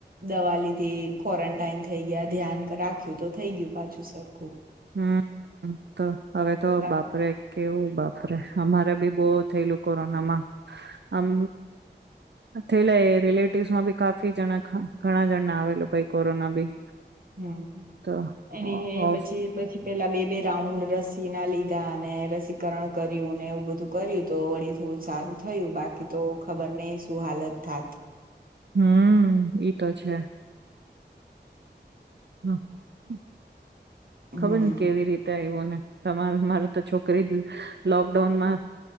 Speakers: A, on the right; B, on the right.
A: દવા લીધી, ક્વોરન્ટાઈન થઈ ગયા, ધ્યાન રાખ્યું તો થઈ ગયું પાછું સરખું.
B: હમ્મ. તો હવે તો
A: બાકી
B: બાપરે કેવું બાપરે અમારે બી બો થયેલું કોરોનામાં. આમ થયલા રિલેટિવસ માં બી કાફી જણા ઘણા જણ આવેલું ભાઈ. કોરોના બી
A: હમ્મ,
B: તો
A: એની એ
B: ઓફ
A: પછી પછી પેલા બે બે રાઉન્ડ રસી ના લીધા અને રસીકરણ કર્યુંને એવું બધું કર્યું તો વળી થોડું સારું થયું, બાકી તો ખબર નહિ શું હાલત થાત.
B: હમ્મ, ઈ તો છે. <unintelligible>
A: હમ
B: ખબર ની કેવી રીતે આઇવુ. કોને તમારું, મારુ તો છોકરી લોકડાઉનમાં